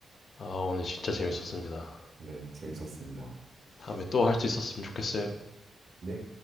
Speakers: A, on the left; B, on the right.
A: 아, 오늘 진짜 재밌었습니다.
B: 네, 재밌었습니다.
A: 다음에 또 할 수 있었으면 좋겠어요.
B: 네.